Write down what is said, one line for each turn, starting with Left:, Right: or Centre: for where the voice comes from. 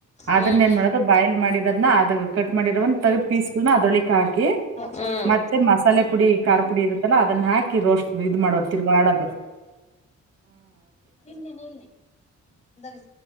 Right: ಅದನ್ನ
Left: ಹ್ಮ್
Right: ಏನ್
Left: ಹ್ಮ್
Right: ಮಾಡೋದು ಬಾಯ್ಲ್ ಮಾಡಿರೋದನ ಅದ ಕಟ್ ಮಾಡಿರೋ ಒ ತಗ ಪೀಸ್ಗಳನ ಅದ್ರೊಳಿಕ್ ಹಾಕಿ
Left: ಹ್ಮ್
Right: ಮತ್ತೆ ಮಸಾಲೆ ಪುಡಿ ಖಾರ ಪುಡಿ ಇರುತ್ತಲ್ಲ ಅದನ್ನ ಹಾಕಿ ರೋಸ್ಟ್ ಇದ್ ಮಾಡುವ ತಿರ್ವಾಡದು
Left: ತಿನ್ನೇನೆ ಇಲ್